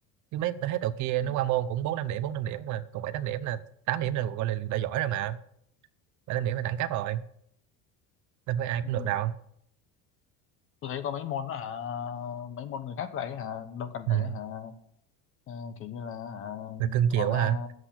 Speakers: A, on the right; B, on the left.
A: chứ mấy tôi thấy tụi kia
B: Ừ.
A: nó qua môn cũng bốn năm điểm bốn năm điểm mà còn bảy tám điểm là tám điểm là gọi là đã giỏi rồi mà bảy tám điểm là đẳng cấp rồi đâu phải ai
B: Ừ.
A: cũng được đâu
B: tôi thấy có mấy môn đó hả mấy môn người khác dạy hả đâu cần
A: ừ.
B: phải hả ờ, kiểu như là hả,
A: được cưng
B: tỏ
A: chiều
B: ra
A: quá hả